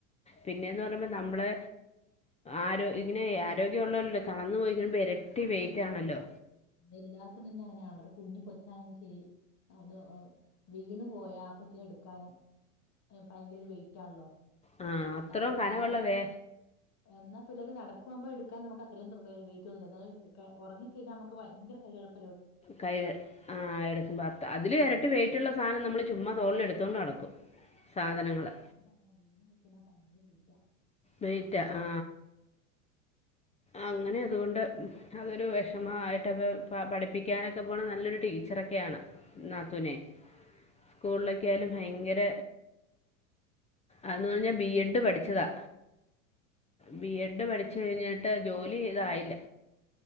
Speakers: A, on the left; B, on the left.
A: പിന്നെന്ന് പറയുമ്പോ നമ്മളെ ആരോ ഇങ്ങനെ ആരോഗ്യം ഉള്ളല്ല്ലേ തളർളന്നു പോയിപോ ഇരട്ടി വെയിറ്റാണല്ലോ?
B: തല്ലാർക്കും തന്നെ അങ്ങനെ ആണല്ലോ? കുഞ്ഞി കൊച്ചാണെങ്കിലും ശെരി അതു ഓ വീണ് പോയാ ആ കൊച്ചിനെ എടുക്കാനും ഭയങ്കര ഒരു വെയിറ്റാണല്ലോ?
A: ആ അത്രയും
B: ന്നം
A: കനമുള്ള
B: അല്ലാതെ
A: വേ
B: എന്നാ പിള്ളേര് നടക്കുവാമ്പോ എടുക്കാൻ നമുക്ക് അത്രയും വെയ്റ്റ് തോന്ന്ല്ല എന്ന ഉറങ്ങിക്കഴിഞ്ഞ ഭയങ്കര കൈകഴപ്പ.
A: കൈ ആ എടുക്കുമ്പോ അത്ത അതില്
B: ആഹ്
A: യരട്ടി വെയിറ്റ് റ്റുള്ള സാധനം നമ്മള് ചുമ്മ തോളില് എടുത്തൊണ്ട് നടക്കും സാധനങ്ങള്
B: അങ്ങനെ വീണയ്ക്ണാ ഭയങ്കര വെയറ്റാ.
A: വെയിറ്റ് ആ അങ്ങനെ അതുകൊണ്ട്. അതൊരു വിഷമായിയിട്ടപ്പ പഠിപ്പിക്കാനൊക്കെ പോകണ നല്ല നല്ലൊരു ടീച്ചറൊക്കെയാണ് നാത്തൂനെ സ്കൂളിലൊക്കാലും ഭയങ്കര അതന്ന് പറഞ്ഞാൽ ബി എഡ് പഠിച്ചതാ ബി എഡ് പഠിച്ച കഴിഞ്ഞിട്ട് ജോലി ഇതായില്ല